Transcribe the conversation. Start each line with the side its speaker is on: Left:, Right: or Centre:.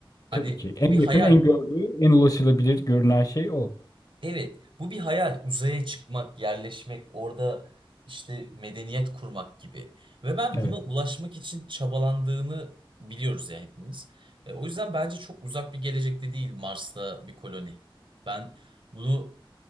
Right: Hani
Left: Tabii ki en
Right: bu bir
Left: yakın,
Right: hayal.
Left: en gördüğü, en ulaşılabilir görünen şey o.
Right: Evet, bu bir hayal. Uzaya çıkmak, yerleşmek, orada işte medeniyet kurmak gibi. Ve ben
Left: Evet.
Right: buna ulaşmak için çabalandığını biliyoruz ya hepimiz. E, o yüzden bence çok uzak bir gelecekte değil Mars'ta bir koloni. Ben bunu